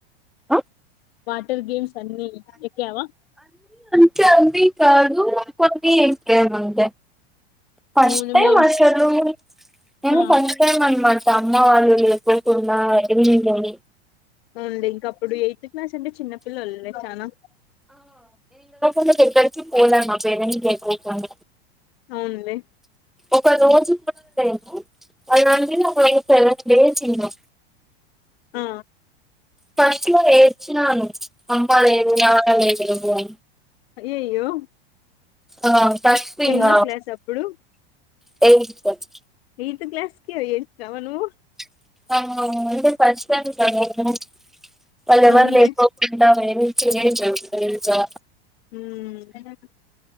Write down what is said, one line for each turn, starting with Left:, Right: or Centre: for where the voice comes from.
Centre: ఆ
Left: వాటర్ గేమ్స్ అన్ని ఎక్కావ్వ
Centre: అ అన్నీ కాదు కొన్ని ఎక్కాను అంతే ఫస్ట్
Left: అవును
Centre: టైమ్
Left: మేం
Centre: అసలు నేను
Left: ఆ
Centre: ఫస్ట్ టైమ్ అన్నమాట అమ్మ వాళ్ళు ఎటు వైపు ఉన్నా ఎంటని
Left: అవునండి ఇంక అప్పుడు ఎయిత్ క్లాస్ అంటే చిన్నపిల్లలే చాలా
Centre: రికి ఎక్కడికి పోలే మా పేరెంట్స్ లేకుండ
Left: అవునండి
Centre: ఒక రోజు కూడా నేను <unintelligible> ఉ <unintelligible>
Left: ఆ
Centre: ఫస్ట్ లో ఏడ్చినాను అమ్మ లేదు నాన్న లేరు అని
Left: అయ్యయ్యో
Centre: ఆ సస్తివా
Left: ఎన్నో క్లాస్ అప్పుడు
Centre: <unintelligible>
Left: ఏయిత్తు క్లాస్ కే ఏయిత్తా మనము
Centre: <unintelligible> ఫస్ట్ టైం కదా నేను వాళ్ళు
Left: అవునులే
Centre: ఎవరు లేకోకుండా <unintelligible> మీకు ఏజు తెలుసా
Left: ఉమ్